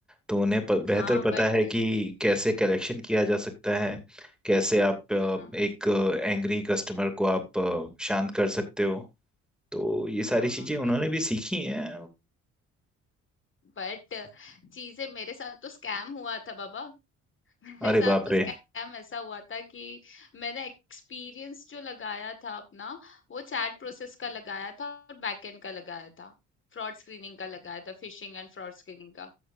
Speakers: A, in the centre; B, on the left.
A: तो उन्हें प, बेहतर
B: हाँ
A: पता
B: बट
A: है कि कैसे कलेक्शन किया जा सकता है कैसे आप अ,
B: हाँ हाँ
A: एक एंग्री कस्टमर को आप अ, शांत कर सकते हो तो ये सारी
B: हाँ
A: चीजें उन्होंने
B: हाँ
A: भी सीखी हैं
B: बट चीजें मेरे साथ तो स्कैम हुआ था बाबा <laughs> मेरे
A: अरे
B: साथ
A: बाप
B: तो
A: रे
B: स्कैम ऐसा हुआ था कि मैंने एक्सपीरियंस जो लगाया था अपना वो चैट प्रोसेस का लगाया था और बैकएंड का लगाया था फ्रॉड स्क्रीनिंग का लगाया था फिशिंग एंड फ्रॉड स्क्रीनिंग का